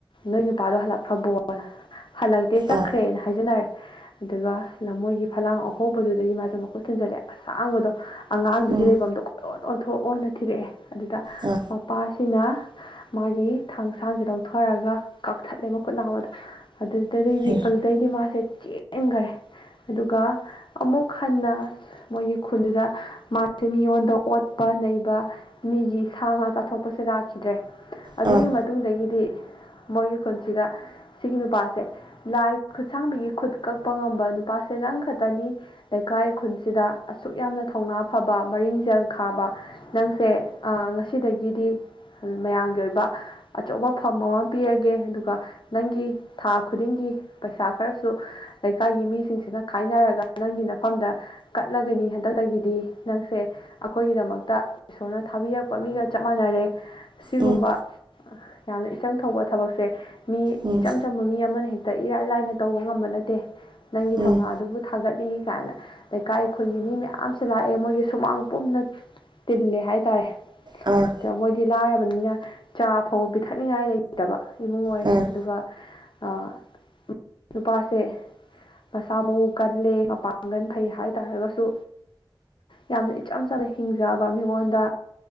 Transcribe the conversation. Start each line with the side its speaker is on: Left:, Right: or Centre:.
Left: ꯅꯣꯏ ꯅꯨꯄꯥꯗꯣ ꯍꯜꯂꯛꯈ꯭ꯔꯕꯣꯅ ꯍꯜꯂꯛꯇꯦ ꯆꯠꯈ꯭ꯔꯦꯅ
Right: ꯑꯥ
Left: ꯍꯥꯏꯖꯅꯔꯦ ꯑꯗꯨꯒ ꯂꯝꯃꯣꯏꯒꯤ ꯐꯂꯥꯡ ꯑꯍꯣꯕꯗꯨꯗꯒꯤ ꯃꯥꯁꯦ ꯃꯈꯨꯠ ꯊꯤꯟꯖꯜꯂꯦ ꯑꯁꯥꯡꯕꯗꯣ ꯑꯉꯥꯡꯗꯨꯒꯤ
Right: ꯎꯝ
Left: ꯂꯩꯐꯝꯗꯣ ꯀꯣꯏ ꯑꯣꯟ ꯑꯣꯟꯊꯣꯛ ꯑꯣꯅ ꯊꯤꯔꯛꯑꯦ ꯑꯗꯨꯗ
Right: ꯑꯥ
Left: ꯃꯄꯥ ꯁꯤꯅ ꯃꯥꯒꯤ ꯊꯥꯡꯁꯥꯡꯁꯦ ꯂꯧꯊꯔꯒ ꯀꯛꯊꯠꯂꯦꯕ ꯈꯨꯠꯅꯥ ꯑꯃꯗꯣ ꯑꯗꯨꯗꯩꯗꯤ
Right: ꯑ
Left: ꯑꯗꯨꯗꯩꯗꯤ ꯃꯥꯁꯦ ꯆꯦꯟꯈꯔꯦ ꯑꯗꯨꯒ ꯑꯃꯨꯛ ꯈꯟꯅ ꯃꯣꯏꯒꯤ ꯈꯨꯟꯗꯨꯗ ꯃꯥꯁꯦ ꯃꯤꯉꯣꯟꯗ ꯑꯣꯠꯄ ꯅꯩꯕ ꯃꯤꯒꯤ ꯁꯥ ꯉꯥ ꯆꯥꯊꯣꯛꯄꯁꯦ ꯂꯥꯛꯀꯦ ꯈꯤꯗ꯭ꯔꯦ ꯑꯗꯨꯒꯤ
Right: ꯎꯝ
Left: ꯃꯇꯨꯡꯗꯒꯤꯗꯤ ꯃꯣꯏꯒꯤ ꯈꯨꯟꯁꯤꯗ ꯁꯤꯒꯤ ꯅꯨꯄꯥ ꯁꯦ ꯂꯥꯏ ꯈꯨꯠꯁꯥꯡꯕꯤꯒꯤ ꯈꯨꯠ ꯀꯛꯄ ꯉꯝꯕ ꯅꯨꯄꯥꯁꯦ ꯅꯪ ꯈꯛꯇꯅꯤ ꯂꯩꯀꯥꯏ ꯈꯨꯟꯁꯤꯗ ꯑꯁꯨꯛ ꯌꯥꯝꯅ ꯊꯧꯅꯥ ꯐꯕ ꯃꯔꯤꯡꯖꯦꯜ ꯈꯥꯕ ꯅꯪꯁꯦ ꯑ ꯉꯁꯤꯗꯒꯤꯗꯤ ꯃꯌꯥꯝꯒꯤ ꯑꯣꯏꯕ ꯑꯆꯧꯕ ꯐꯝ ꯑꯃ ꯄꯤꯔꯒꯦ ꯑꯗꯨꯒ ꯅꯪꯒꯤ ꯊꯥ ꯈꯨꯗꯤꯡꯒꯤ ꯄꯩꯁꯥ ꯈꯔꯁꯨ ꯂꯩꯀꯥꯏꯒꯤ ꯃꯤꯁꯤꯡꯁꯤꯅ ꯈꯥꯏꯅꯔꯒ ꯅꯪꯒꯤ ꯅꯐꯝꯗ ꯀꯠꯂꯒꯅꯤ ꯍꯟꯗꯛꯇꯒꯤꯗꯤ ꯅꯪꯁꯦ ꯑꯩꯈꯣꯏꯒꯤꯗꯃꯛꯇ ꯏꯁꯣꯔꯅ ꯊꯥꯕꯤꯔꯛꯄ ꯃꯤꯒ ꯆꯞ ꯃꯥꯟꯅꯔꯦ ꯁꯤꯒꯨꯝꯕ
Right: ꯎꯝ
Left: ꯌꯥꯝꯅ ꯏꯆꯪ ꯊꯧꯕ ꯊꯕꯛꯁꯦ ꯃꯤ
Right: ꯎꯝ
Left: ꯇꯝꯕ ꯃꯤ ꯑꯃꯅ ꯍꯦꯛꯇ ꯏꯔꯥꯏ ꯂꯥꯏꯅ ꯇꯧꯕ ꯉꯝꯕ ꯅꯠꯇꯦ ꯅꯪꯒꯤ ꯊꯧꯅꯥ
Right: ꯎꯝ
Left: ꯑꯗꯨꯕꯨ ꯊꯥꯒꯠꯂꯤ ꯀꯥꯏꯅ ꯂꯩꯀꯥꯏ ꯑꯩꯈꯣꯏꯒꯤ ꯃꯤ ꯃꯌꯥꯝ ꯂꯥꯛꯑꯦ ꯃꯣꯏꯒꯤ ꯁꯨꯃꯥꯡ ꯄꯨꯝꯅ ꯇꯤꯜꯂꯦ ꯍꯥꯏꯇꯥꯔꯦ
Right: ꯑ ꯑ
Left: ꯑꯗ ꯃꯣꯏꯗꯤ ꯂꯥꯏꯔꯕꯅꯤꯅ ꯆꯥꯐꯥꯎꯕ ꯄꯤꯊꯛꯅꯤꯡꯉꯥꯏ ꯂꯩꯇꯕ ꯏꯃꯨꯡ ꯑꯣꯏ
Right: ꯑ
Left: ꯑꯗꯨꯒ ꯑꯥ ꯅꯨꯄꯥꯁꯦ ꯃꯁꯥ ꯃꯎ ꯀꯜꯂꯦ ꯃꯄꯥꯡꯒꯟ ꯐꯩ ꯍꯥꯏ ꯇꯥꯔꯒꯁꯨ ꯌꯥꯝꯅ ꯏꯆꯝ ꯆꯅ ꯍꯤꯡꯖꯕ ꯃꯤꯉꯣꯟꯗ